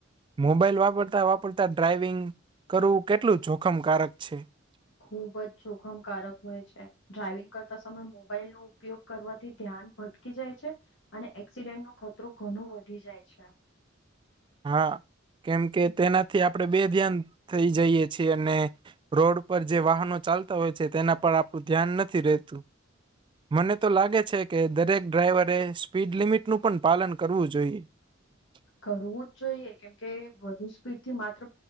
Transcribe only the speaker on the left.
ખૂબ જ જોખમકારક હોય છે. ડ્રાઇવિંગ કરતા સમયે મોબાઇલનો ઉપયોગ કરવાથી ધ્યાન... ધ્યાન ભટકી જાય છે અને એક્સિડન્ટનો ખતરો ઘણો વધી જાય છે.
કરવું જ જોઈએ, કેમ કે વધુ સ્પીડથી માત્ર